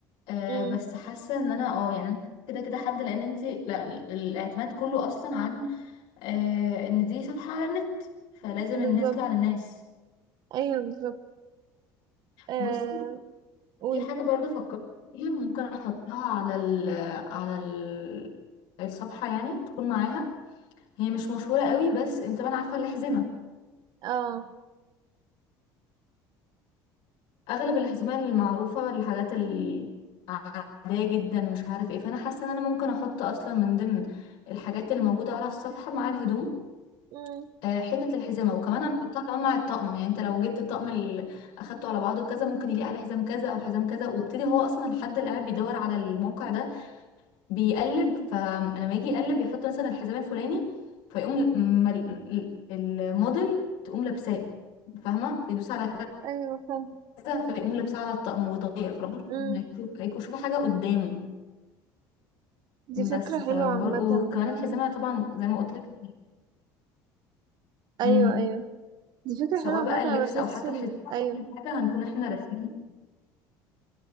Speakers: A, on the left; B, on the right.
A: آه
B: امم
A: بس حاسة ان انا اه يعني أنا كده كده حد لان انتي لا ال- الاعتماد كله اصلا عن آه ان دي صفحة على النت فلازم
B: بالظبط
A: ان هي تطلع للناس
B: ايوه بالظبط آه
A: بص
B: قولي
A: في حاجة برضو فكرت فيها ممكن أحطها على ال على ال الصفحة يعني تكون معاها هي مش مشهورة قوي بس انت طبعا عارفة الأحزمة
B: اه
A: أغلب الأحزمة المعروفة الحاجات العادية جدا مش عارف ايه فأنا حاسة إن أنا ممكن أحط أصلا من ضمن الحاجات اللي موجودة على الصفحة مع الهدوم
B: مم.
A: آه، حتت الحزمة وكمان هنحطها كمان مع الطقم يعني انت لو جبت الطقم اللي أخدته على بعضه كذا ممكن يليق عليه حزام كذا أو حزام كذا وابتدي هو أصلا الحد اللي قاعد بيدور على الموقع ده بيقلب فلما يجي يقلب يحط مثلا الحزام الفلاني فيقوم ال- م- ال- الموديل تقوم لابساه فاهمة يدوس على
B: ايوه فاهم
A: كذا فيقوم لابساه على الطقم ويتغير فالراجل
B: مم.
A: هيشوف هيكون شوف حاجة قدامه
B: دي فكرة
A: بس فبرضه
B: حلوة عامة
A: وكمان
B: آه،
A: الحزامة طبعا زي ما قلت لك
B: ايوه
A: امم
B: ايوه دي فكرة
A: سواء
B: حلوة عامة
A: بقى اللبس
B: انا بحس
A: او حتى
B: ال...
A: الحزامة
B: ايوه
A: كل حاجة هنكون احنا راسمين